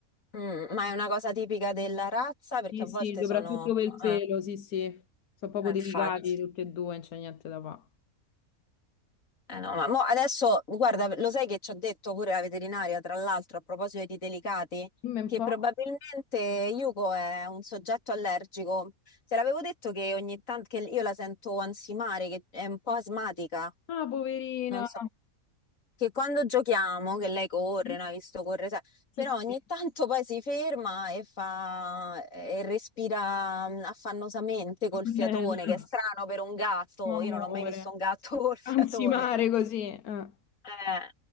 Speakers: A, on the left (about 60°); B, on the left (about 85°).
A: Mm, ma è una cosa tipica della razza perché
B: Sì,
A: a
B: sì,
A: volte
B: soprattutto
A: sono...
B: per il
A: Ah,
B: pelo, sì, sì. Sono proprio
A: eh, infatti.
B: delicati tutti e due, non c'è niente da fare.
A: Eh no, ma mo adesso, guarda, lo sai che ci ha detto pure la veterinaria, tra l'altro, a proposito di delicati,
B: Dimmi un
A: che
B: po'.
A: probabilmente Yuko è un soggetto allergico. Te l'avevo detto che ogni tanto che io la sento ansimare, che è un po' asmatica.
B: Ah, poverina.
A: Non so. che quando giochiamo, che lei corre,
B: Mm?
A: no? Hai visto corre, sai,
B: Sì,
A: però
B: sì.
A: ogni tanto poi si ferma e fa e respira mm, affannosamente col
B: Poverella.
A: fiatone, che è strano per un gatto.
B: Amore.
A: Io non ho mai visto un gatto <laughs> col fiatone.
B: Anzi, mare così. eh.
A: Eh,